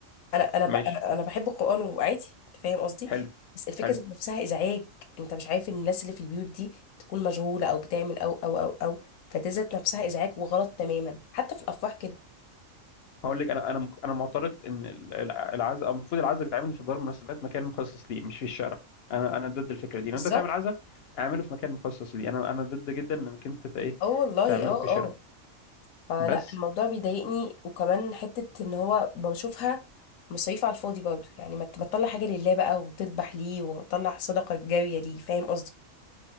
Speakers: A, on the left; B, on the left.
A: انا انا
B: ماشي
A: ب- انا أنا بحب القران وعادي انت فاهم قصدي
B: حلو
A: بس الفكره
B: حلو
A: ذات نفسها ازعاج انت مش عارف ان الناس اللي في البيوت دي تكون مشغوله او بتعمل او او او او فده ذات نفسها ازعاج وغلط تماما حتى في الافراح كده
B: هقول لك انا انا انا معترض ان ال- الع- العزاء المفروض العزاء بيتعمل في دار المناسبات مكان مخصص ليه مش في الشارع انا انا ضد الفكره دي
A: بالظبط
B: لو انت تعمل عزاء اعمله في مكان مخصص ليه انا انا ضد جدا انك انت ت- ايه
A: اه والله
B: تعمله
A: اه
B: في الشارع
A: اه فلا
B: بس
A: الموضوع بيضايقني وكمان حتة ان هو بشوفها مصاريف على الفاضي برضه يعني ما ت- ما تطلع حاجة لله بقى وتذبح ليه وتطلع صدقة جارية ليه فاهم قصدي